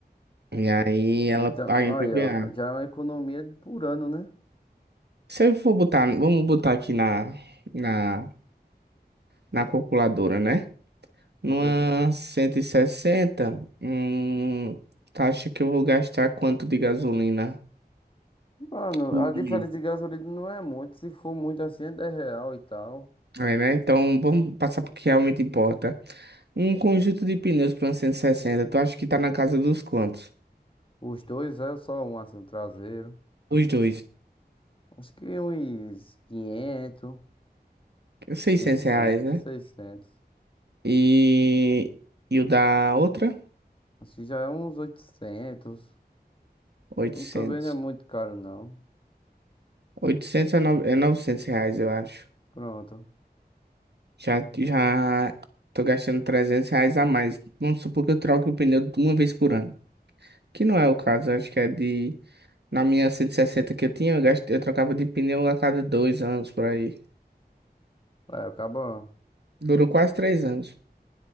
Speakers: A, on the right; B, on the left.
A: E aí ela
B: Então,
A: paga
B: olha,
A: em PVA.
B: já é uma economia por ano, né?
A: Se eu for botar, vamos botar aqui na, na, na calculadora, né? Numa
B: Com certeza.
A: 160, hum, tu acha que eu vou gastar quanto de gasolina?
B: Mano,
A: por
B: a
A: mês?
B: diferença de gasolina não é muito. Se for muito assim, é 10 real e tal.
A: É, né? Então vamos passar pro que realmente importa. Um conjunto de pneus para uma 160. tu acha que tá na casa dos quantos?
B: Os dois é só um assim, um traseiro.
A: Os dois.
B: Acho que uns quinhentos
A: Seiscentos
B: 600,
A: reais, né?
B: seiscentos
A: E, e o da outra?
B: Acho que já é uns oitocentos
A: Oitocentos.
B: Não também não é muito caro, não.
A: Oitocentos é, nove é 900 reais, eu acho.
B: Pronto.
A: Já, já tô gastando 300 reais a mais. Vamos supor que eu troque o pneu uma vez por ano. Que não é o caso, acho que é de... Na minha 160 que eu tinha, eu, gasto, eu trocava de pneu a cada dois anos, por aí.
B: É, acabou
A: Durou quase três anos.